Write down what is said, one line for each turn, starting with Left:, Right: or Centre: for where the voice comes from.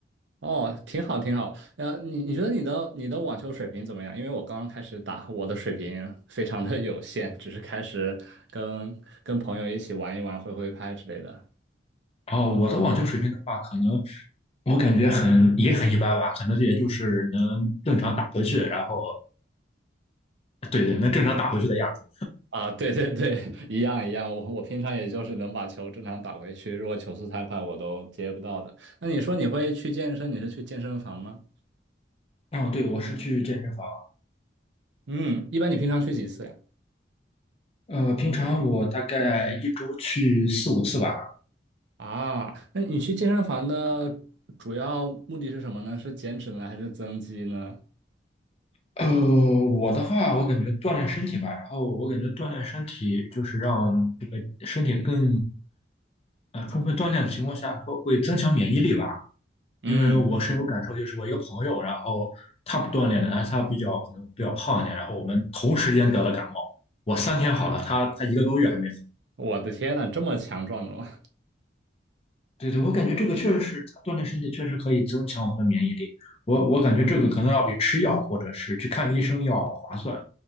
Right: 哦，挺好，挺好。呃，你你觉得你的你的网球水平怎么样？因为我刚刚开始打，我的水平 <laughs> 非常的有限，只是开始跟跟朋友一起玩一玩，挥挥拍之类的。
Left: 然后我的网球水平的话，可能我感觉很也很一般吧，可能也就是能正常打回去，然后对对，能正常打回去的样子。
Right: 啊，对对对，一样一样。我我平常也就是能把球正常打回去，如果球速太快，我都接不到的。那你说你会去健身？你是去健身房吗？
Left: 啊，对，我是去健身房，
Right: 嗯，一般你平常去几次呀？
Left: 呃，平常我大概一周去四五次吧。
Right: 啊，那你去健身房的主要目的是什么呢？是减脂呢，还是增肌呢？
Left: 呃，我的话，我感觉锻炼身体吧，然后我感觉锻炼身体就是让这个身体更呃充分锻炼的情况下，会会增强免疫力吧。
Right: 嗯，
Left: 因为我深有感受，就是我一个朋友，然后他不锻炼的，但是他比较可能比较胖一点，然后我们同时间得了感冒，我三天好了，他他一个多月还没好。
Right: 我的天呐，这么强壮的吗？
Left: 对对，我感觉这个确实是，锻炼身体确实可以增强我们的免疫力。我我感觉这个可能要比吃药或者是去看医生要划算，